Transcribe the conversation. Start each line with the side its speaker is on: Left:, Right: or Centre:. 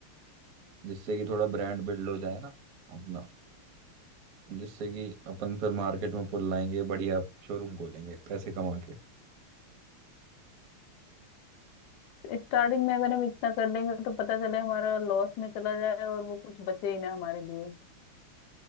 Right: जिससे कि थोड़ा ब्रांड बिल्ड हो जाए ना अपना जिससे कि अपन फिर मार्केट में पुल लाएंगे बढ़िया शोरूम खोलेंगे पैसे कमा के
Left: स्टार्टिंग में अगर हम इतना कर लेंगे तो पता चले हमारा लॉस में चला जाए और वो कुछ बचे ही ना हमारे लिए